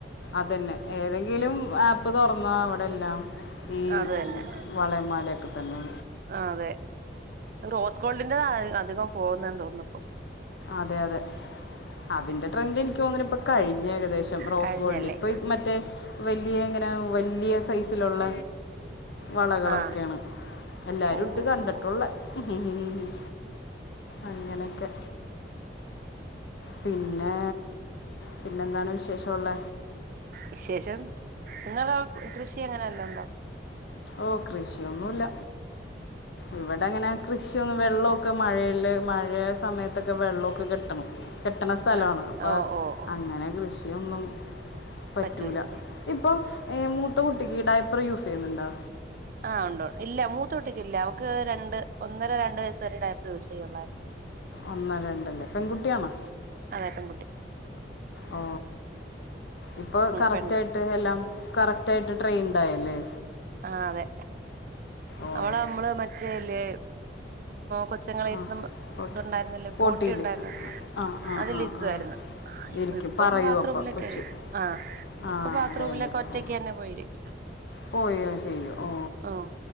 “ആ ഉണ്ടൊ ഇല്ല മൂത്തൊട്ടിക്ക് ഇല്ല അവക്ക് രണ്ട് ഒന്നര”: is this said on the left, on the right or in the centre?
Right